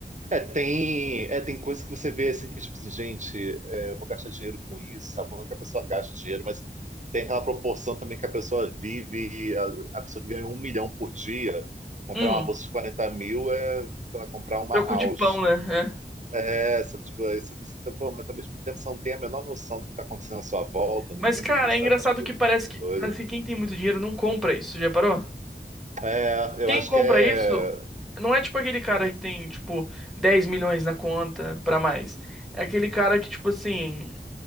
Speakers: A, on the right; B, in the centre.
A: É, tem, é, tem coisas que você vê assim, que tipo assim, gente, é, eu vou gastar dinheiro com isso, sabe? Como é que a pessoa gasta dinheiro, mas tem aquela proporção também que a pessoa vive, a, a pessoa que ganha um milhão por dia, comprar
B: Hum,
A: uma bolsa de 40 mil é, sei lá, comprar uma
B: Troco
A: house.
B: de pão, né? É.
A: É, sabe, tipo, isso, isso, pô, mas ao mesmo tempo você não tem a menor noção do que está acontecendo à sua volta, no
B: Mas,
A: mundo,
B: cara,
A: sabe?
B: é engraçado
A: Tipo,
B: que parece que
A: doido.
B: parece que quem tem muito dinheiro não compra isso, já parou?
A: É, eu
B: Quem
A: acho
B: compra
A: que é.
B: isso não é tipo aquele cara que tem, tipo, 10 milhões na conta pra mais. É aquele cara que, tipo assim,